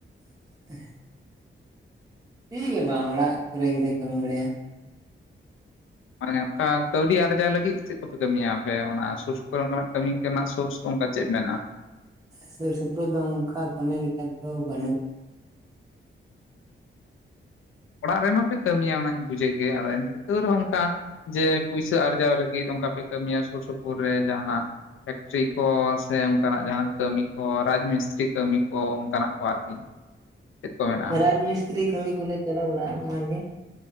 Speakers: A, on the right; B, on the left.
A: <inaudible> <inaudible> ᱪᱤᱜ ᱜᱮ ᱵᱟᱝ ᱚᱲᱟᱜ ᱠᱚᱨᱮ ᱜᱮᱞᱮ ᱠᱟᱹᱢᱤ ᱵᱟᱲᱟᱭᱟ᱾
B: ᱢᱟᱱᱮ ᱠᱟ ᱠᱟᱹᱣᱰᱤ ᱟᱨᱡᱟᱣ ᱞᱟᱹᱜᱤᱫ, ᱪᱮᱫ ᱠᱚᱯᱮ ᱠᱟᱹᱢᱤᱭᱟ ᱟᱯᱮ ᱚᱱᱟ ᱥᱩᱨ ᱥᱩᱯᱩᱨ ᱚᱱᱠᱟᱱᱟᱜ ᱠᱟᱹᱢᱤ? ᱥᱳᱨᱥ ᱠᱚ ᱚᱱᱠᱟ ᱪᱮᱫ ᱢᱮᱱᱟᱜᱼᱟ?
A: ᱥᱩᱨ ᱥᱩᱯᱩᱨ ᱫᱚ ᱚᱝᱠᱟ ᱠᱟᱹᱢᱤ ᱞᱮᱠᱟ ᱫᱚ ᱵᱟᱹᱱᱩᱜ
B: ᱚᱲᱟᱜ ᱨᱮ ᱢᱟᱯᱮ ᱠᱟᱹᱢᱤᱭᱟ ᱚᱱᱟᱧ ᱵᱩᱡᱷᱟᱹᱣ ᱜᱮᱭᱟ, ᱟᱫᱚ ᱛᱟᱣ ᱨᱮᱦᱚᱸ ᱚᱝᱠᱟ, ᱡᱮ ᱯᱩᱭᱥᱟᱹ ᱟᱨᱡᱟᱣ ᱞᱟᱹᱜᱤᱫ ᱚᱱᱠᱟ ᱯᱮ ᱠᱟᱹᱢᱤᱭᱟ ᱥᱩᱨ ᱥᱩᱯᱩᱨ ᱨᱮ ᱡᱟᱦᱱᱟᱜ? ᱯᱷᱮᱠᱴᱨᱤ ᱠᱚ ᱥᱮ ᱚᱱᱠᱟᱱᱟᱜ ᱡᱟᱦᱱᱟᱜ, ᱠᱟᱹᱢᱤ ᱠᱚ, ᱨᱟᱡᱽ ᱢᱤᱥᱛᱨᱤ ᱠᱟᱹᱢᱤ ᱠᱚ ᱚᱱᱠᱟᱱᱟᱜ ᱠᱚ ᱟᱨᱠᱤ ᱪᱮᱫ ᱠᱚ ᱢᱮᱱᱟᱜᱼᱟ?
A: ᱨᱟᱡᱽ ᱢᱤᱥᱛᱨᱤ ᱠᱟᱹᱢᱤ ᱠᱚᱞᱮ ᱪᱟᱞᱟᱣ ᱵᱟᱲᱟᱜᱼᱟ ᱚᱱᱟᱜᱮ᱾